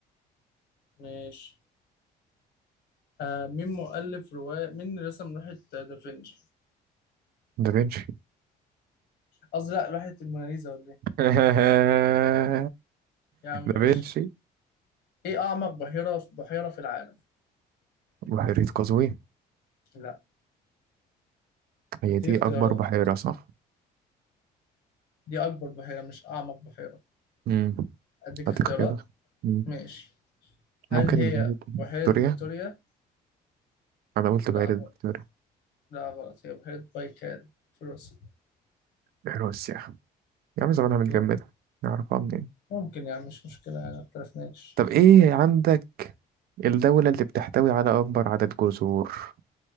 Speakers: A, on the left; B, on the right.
A: ماشي آه مين مؤلف رواية مين رسم لوحة دافنشي
B: دافنشي
A: قصدي لا لوحة الموناليزا ولا ايه
B: <laughs>
A: يا عم ماشي
B: دافنشي
A: ايه أعمق بحيرة في بحيرة في العالم
B: بحيرة قزوين
A: لا
B: هي
A: أديك
B: دي
A: اختيارات
B: أكبر بحيرة صح؟
A: دي أكبر بحيرة مش أعمق بحيرة
B: مم.
A: أديك
B: هديك
A: اختيارات
B: اختيارات مم.
A: ماشي
B: ممكن
A: هل هي
B: بحيرة
A: بحيرة
B: فيكتوريا
A: فيكتوريا
B: أنا قلت
A: لا
B: بحيرة
A: غ...
B: فيكتوريا
A: لا غلط هي بحيرة بايكال في روسيا
B: حلوة السياحة يا عم زمانها متجمدة
A: دور
B: نعرفها منين
A: ممكن يعني مش مشكلة يعني ما اختلفناش
B: طب ايه عندك الدولة اللي بتحتوي على أكبر عدد جزر